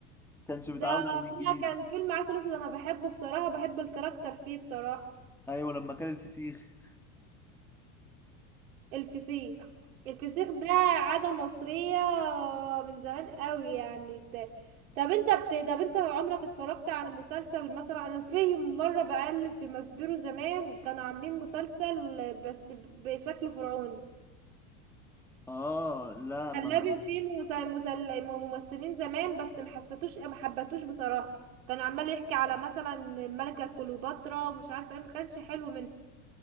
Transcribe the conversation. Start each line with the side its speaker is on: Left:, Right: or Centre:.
Centre: كانش متعود
Right: ده
Centre: على الانجليزي
Right: لا كان فيلم عسل اسود انا بحبه بصراحه بحب الكاركتر فيه بصراحه
Centre: ايوه لما كان الفسيخ
Right: الفسيخ الفسيخ ده عاده مصريه من زمان قوي يعني ت- طب انت بت... طب انت عمرك اتفرجت على مسلسل مثلا انا في مره بقلب في مسبيرو زمان كانوا عاملين مسلسل بس بشكل فرعوني
Centre: اه لا ما
Right: حلابي فيه مسل- مسل- ممثلين زمان بس محسيتوش ما حبتوش بصراحة كان عمال يحكي على مثلا الملكة كليوباترا ومش عارفة ايه ما كانش حلو منه